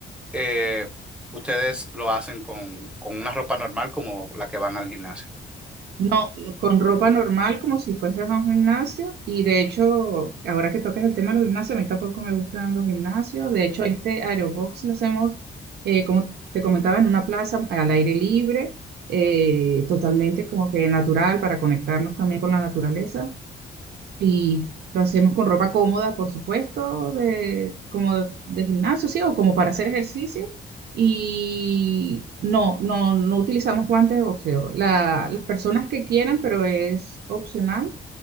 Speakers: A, in the centre; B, on the right.
A: eh, ustedes lo hacen con, con una ropa normal como la que van al gimnasio.
B: No, con ropa normal, como si fueses a un gimnasio. Y de hecho, ahora que tocas el tema de los gimnasios, a mí tampoco me gustan los gimnasios. De hecho, este aerobox lo hacemos, eh, como te comentaba, en una plaza al aire libre, eh, totalmente como que natural para conectarnos también con la naturaleza. Y lo hacemos con ropa cómoda, por supuesto, de, como de, de gimnasio, sí, o como para hacer ejercicio. Y no, no, no utilizamos guantes de boxeo. La- las personas que quieran, pero es opcional,